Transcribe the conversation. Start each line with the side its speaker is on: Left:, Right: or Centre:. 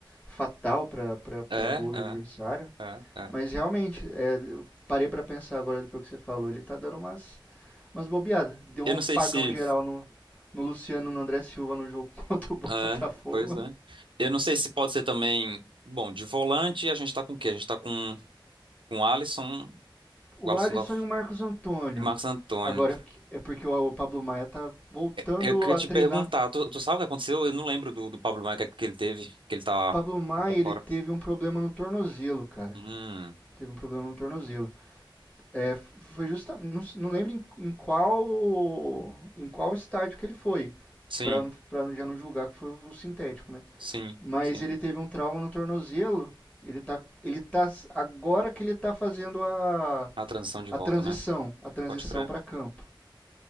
Left: fatal para
Right: É,
Left: gol do
Right: é,
Left: adversário.
Right: é, é.
Left: Mas realmente, é, eu parei para pensar agora depois que você falou, ele tá dando umas umas bobeadas. Deu
Right: Eu
Left: um
Right: não
Left: pagão
Right: sei se.
Left: geral no no Luciano, no André Silva no jogo <laughs> contra o Botafogo.
Right: É, pois é. Eu não sei se pode ser também. Bom, de volante a gente tá com o quê? A gente tá com, com o Alisson,
Left: O
Right: o Alisson
Left: Alisson
Right: da-
Left: e o Marcos Antônio.
Right: e Marcos Antônio.
Left: Agora é porque- é porque o o Pablo Maia tá voltando
Right: Eu queria
Left: a
Right: te
Left: treinar.
Right: perguntar, tu, tu sabe o que aconteceu? Eu não lembro do, do Pablo Maia que, que ele teve, que ele tá,
Left: Pablo Maia,
Right: que ele tá
Left: ele
Right: fora.
Left: teve um problema no tornozelo, cara.
Right: Hum,
Left: Teve um problema no tornozelo. É, foi justamente. Não, não lembro em, em qual. Em qual estádio que ele foi.
Right: sim,
Left: para para já não julgar que foi o sintético, né?
Right: sim,
Left: Mas
Right: sim.
Left: ele teve um trauma no tornozelo. Ele tá. Ele tá. Agora que ele tá fazendo a.
Right: A transição de
Left: A
Right: volta,
Left: transição.
Right: né?
Left: A transição
Right: Pode crer.
Left: para campo.